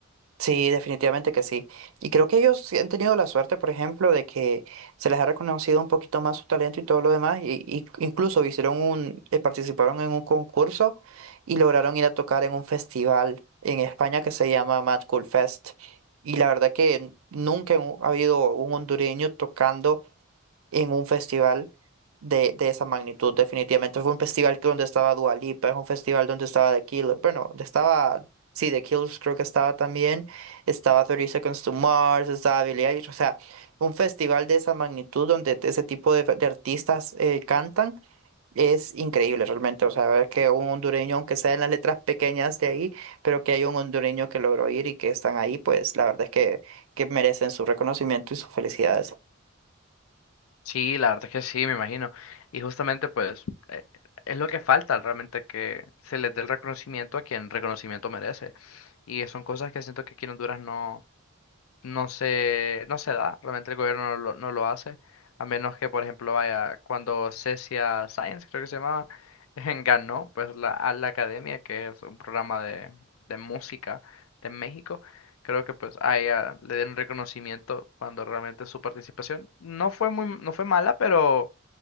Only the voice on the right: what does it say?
Sí, definitivamente que sí. Y creo que ellos sí han tenido la suerte, por ejemplo, de que se les ha reconocido un poquito más su talento y todo lo demás. Y, y incluso hicieron un, eh, participaron en un concurso y lograron ir a tocar en un festival en España que se llama Mad Cool Fest. Y la verdad que nunca ha habido un hondureño tocando en un festival de, de esa magnitud, definitivamente. Fue un festival que donde estaba Dua Lipa, es un festival donde estaba The Killers, bueno, donde estaba, sí, The Killers creo que estaba también, estaba 30 Seconds to Mars, estaba Billie Eilish, o sea, un festival de esa magnitud donde ese tipo de, de artistas eh, cantan. Es increíble realmente, o sea, ver que un hondureño, aunque sea en las letras pequeñas de ahí, pero que hay un hondureño que logró ir y que están ahí, pues la verdad es que, que merecen su reconocimiento y sus felicidades.